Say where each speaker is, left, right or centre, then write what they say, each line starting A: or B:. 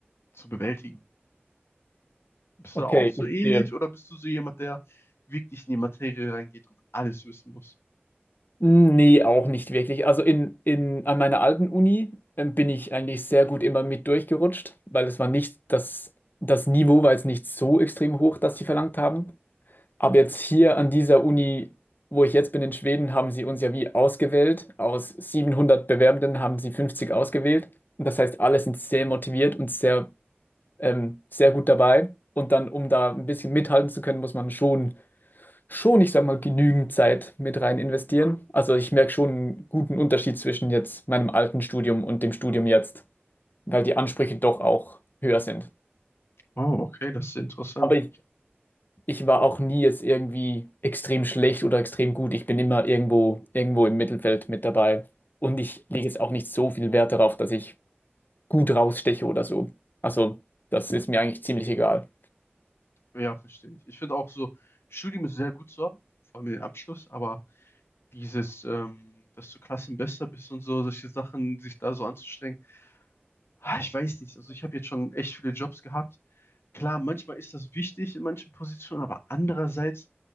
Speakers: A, on the left (about 70°); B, on the left (about 50°).
A: zu bewältigen. Bist
B: okay,
A: du da auch so
B: ich
A: ähnlich
B: sehe.
A: oder bist du so jemand, der wirklich in die Materie reingeht und alles wissen muss?
B: Nee, auch nicht wirklich. Also in, in, an meiner alten Uni ähm, bin ich eigentlich sehr gut immer mit durchgerutscht, weil es war nicht das, das Niveau war jetzt nicht so extrem hoch, dass sie verlangt haben. Aber jetzt hier an dieser Uni, wo ich jetzt bin in Schweden, haben sie uns ja wie ausgewählt. Aus 700 Bewerbenden haben sie 50 ausgewählt. Und das heißt, alle sind sehr motiviert und sehr, ähm, sehr gut dabei. Und dann, um da ein bisschen mithalten zu können, muss man schon schon, ich sag mal, genügend Zeit mit rein investieren. Also ich merke schon einen guten Unterschied zwischen jetzt meinem alten Studium und dem Studium jetzt, weil die Ansprüche doch auch höher sind.
A: Oh, okay, das ist interessant.
B: Aber ich, ich war auch nie jetzt irgendwie extrem schlecht oder extrem gut. Ich bin immer irgendwo, irgendwo im Mittelfeld mit dabei. Und ich lege jetzt auch nicht so viel Wert darauf, dass ich gut raussteche oder so. Also das ist mir eigentlich ziemlich egal.
A: Ja, verstehe ich. Ich finde auch so, Studium ist sehr gut zu haben, vor allem den Abschluss, aber dieses, ähm, dass du Klassenbester bist und so, solche Sachen, sich da so anzustrengen, ah, ich weiß nicht. Also ich habe jetzt schon echt viele Jobs gehabt, Klar, manchmal ist das wichtig in manchen Positionen, aber andererseits,